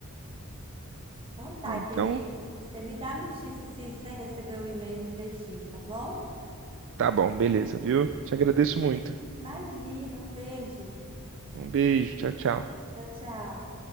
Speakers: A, on the right (about 25°); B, on the right (about 55°).
A: Então tá,
B: É, Então.
A: querido, você me dá notícia se você recebeu o e-mail direitinho, tá bom?
B: Tá bom, beleza, viu? Te agradeço muito.
A: Imagina, um beijo.
B: Um beijo, tchau, tchau.
A: Tchau, tchau.